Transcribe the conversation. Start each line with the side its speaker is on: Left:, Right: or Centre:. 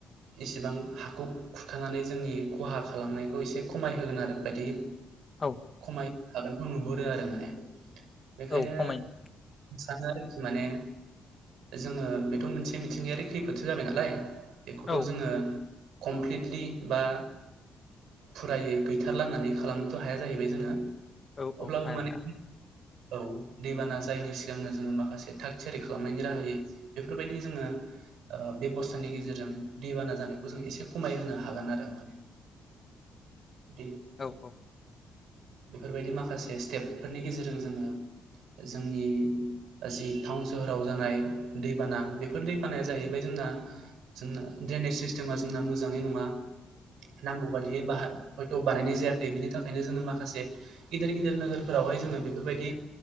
Right: इसिबां हाखौ खुरखानानै जोंनि खहा खालामनायखौ एसे खमाय होगोन आरो बायदि
Left: औ
Right: खमाय हागोनखौ नुहुर दो आरो माने बेखायनो
Left: औ खमायो
Right: सा आरोखि माने जोङो बेथ' मोनसे मिथिंगायारि खैफोदसो जाबाय नालाय। बेखौथ'
Left: औ
Right: जोङो कमप्लिटलि बा फुरायै गैथारलाहोनानै खालामनोथ' हाया जाहैबाय जोङो।
Left: औ
Right: अब्लाबो
Left: औ हाया
Right: माने
Left: हाया।
Right: औ दैबाना जायैनि सिगांनो जोङो माखासे थाग थियारि खालामनायनि राहायै बेफोरबायदि जोङो बेब'स्थानि गेजेरजों दैबाना जानायखौ जों एसे खमायहो हागोन आरो माने <unintelligible>
Left: औ औ
Right: बेफोरबायदि माखासे माखासे स्टेपफोरनि गेजेरजों जोङो जोंनि जि टाउन सोहोराव जानाय दैबाना बेफोर दैबानाया जाहैबाय जोंना जोंना ड्रेनेज सिस्टेमा जोंना मोजाङै नङा नांगौ बादियै हयथ बानायनाय जायाखै बिनि थाखायनो जोङो माखासे गिदिर नोगोरफोरावहाय जोङो बेफोरबायदि